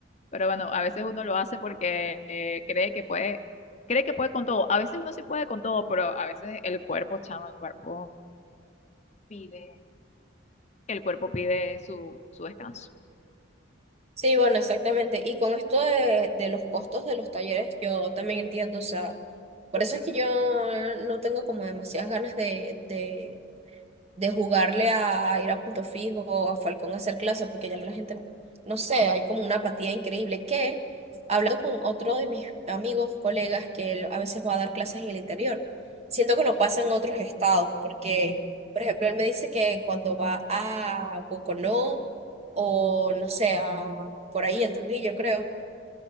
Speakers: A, on the left; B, on the right.
A: Pero bueno, a veces uno lo hace porque eh, cree que puede, cree que puede con todo. A veces uno sí puede con todo, pero a veces el cuerpo, chama, el cuerpo pide, el cuerpo pide su, su descanso.
B: Sí, bueno, exactamente. Y con esto de, de los costos de los talleres, yo también entiendo, o sea, por eso es que yo no tengo como demasiadas ganas de, de de jugarle a ir a punto fijo, a Falcón a hacer clase, porque ya la gente, no sé, hay como una apatía increíble que, hablando con otro de mis amigos, colegas, que él a veces va a dar clases en el interior, siento que no pasa en otros estados, porque, por ejemplo, él me dice que cuando va a Boconó o, no sé, a, por ahí en Trujillo, creo,